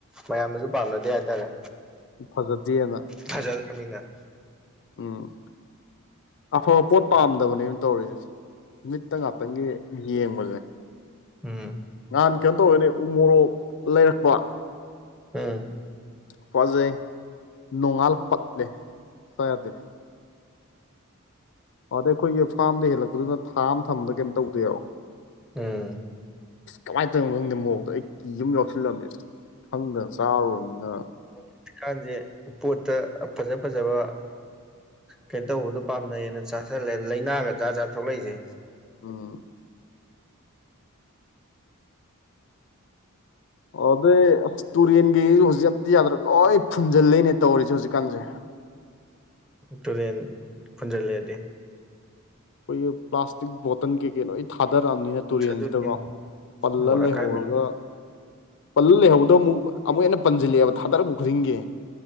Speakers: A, in the centre; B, on the left (about 60°).
A: ꯃꯌꯥꯝꯅꯖꯨ ꯄꯥꯝꯅꯗꯦ ꯍꯥꯏꯇꯥꯔꯦ
B: ꯐꯥꯖꯗꯦꯅ
A: ꯐꯥꯖꯗ꯭ꯔꯃꯤꯅ
B: ꯎꯝ ꯑꯐꯥꯕ ꯄꯣꯠ ꯄꯥꯝꯗꯕꯅꯦꯃꯤ ꯇꯧꯔꯤꯖꯦ ꯃꯤꯠꯇ ꯉꯥꯛꯇꯪꯒꯤ ꯌꯦꯡꯕꯖꯦ
A: ꯎꯝ
B: ꯅꯍꯥꯟ ꯀꯩꯅꯣ ꯇꯧꯋꯦꯅꯦ ꯎ ꯃꯣꯔꯣꯛ ꯂꯩꯔꯛꯄ
A: ꯎꯝ
B: ꯐꯖꯩ ꯅꯣꯡꯉꯥꯜ ꯄꯠꯂꯦ ꯆꯥ ꯌꯥꯗꯦ ꯑꯗꯩ ꯑꯩꯈꯣꯏꯒꯤ ꯐꯥ꯭ꯔꯝꯗꯩ ꯍꯦꯜꯂꯛꯄꯗꯨꯅ ꯊꯥꯝ ꯑꯃ ꯊꯝꯕꯗ ꯀꯩꯝ ꯇꯧꯗꯦꯕ
A: ꯎꯝ
B: ꯑꯁ ꯀꯃꯥꯏꯟ ꯇꯧꯅꯣ ꯈꯪꯗꯦ ꯃꯣꯔꯣꯛꯇꯣ ꯑꯩ ꯀꯤꯕ ꯑꯝ ꯌꯥꯎꯁꯜꯂꯝꯃꯦ ꯈꯪꯗ ꯆꯥꯎꯔꯝꯅꯤꯅ
A: ꯍꯧꯖꯤꯛ ꯀꯥꯟꯖꯦ ꯄꯣꯠꯇ ꯐꯥꯖ ꯐꯥꯖꯕ ꯀꯩꯅꯣ ꯇꯧꯕꯗꯨ ꯄꯥꯝꯅꯩꯌꯦꯅ ꯆꯥꯥꯁꯜꯂꯦ ꯂꯥꯏꯅꯥꯒ ꯖꯥꯠ ꯖꯥꯠ ꯊꯣꯛꯂꯛꯏꯖꯦ
B: ꯎꯝ ꯑꯣ ꯑꯗꯩ ꯑꯁ ꯇꯨꯔꯦꯟꯒꯩꯖꯨ ꯍꯧꯖꯤꯛ ꯑꯝꯇ ꯌꯥꯗ꯭ꯔꯦ ꯂꯣꯏ ꯐꯨꯟꯖꯜ ꯂꯦꯅꯦ ꯇꯧꯔꯤꯖꯦ ꯍꯧꯖꯤꯛꯀꯥꯟꯖꯦ
A: ꯇꯨꯔꯦꯟ ꯐꯨꯟꯖꯜꯂꯦꯗꯤ
B: ꯈꯣꯏꯒꯤ ꯄ꯭ꯂꯥꯁꯇꯤꯛ ꯕꯣꯇꯜ ꯀꯩ ꯀꯩ ꯂꯣꯏꯅ ꯊꯥꯗꯔꯛꯑꯕꯅꯤꯅ ꯇꯨꯔꯦꯟꯁꯤꯗꯀꯣ
A: ꯑꯗꯨꯗꯤ
B: ꯄꯜꯂ
A: ꯑꯃꯣꯠ
B: ꯂꯩꯍꯧꯔꯒ
A: ꯑꯀꯥꯏ
B: ꯄꯜꯂ ꯂꯩꯍꯧꯗꯣ ꯑꯃꯨꯛ ꯑꯃꯨꯛ ꯍꯦꯟꯅ ꯄꯟꯖꯤꯜꯂꯦꯕ ꯊꯥꯗꯔꯛꯄ ꯈꯨꯗꯤꯡꯒꯤ